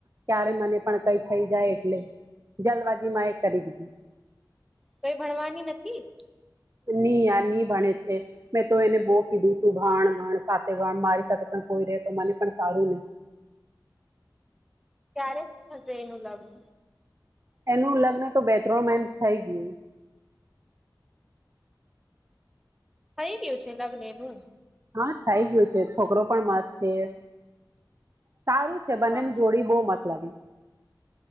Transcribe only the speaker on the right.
ક્યારે મને પણ કઈ થઈ જાય એટલે જલ્બાજી માં એ કરી દીધું.
ની યાર ની ભણે છે મેં તો એને બહુ કીધું તું ભાણ ભણ સાથે ભણ મારી સાથે પણ કોઈ રે તો મને પણ સારું ને.
એનું લગ્ન તો બે ત્રણ માઇન થઈ ગયું.
હા થઈ ગયું છે છોકરો પણ મસ્ત છે સારું છે બંનેને
જોડી બહુ મસ્ત લાગે.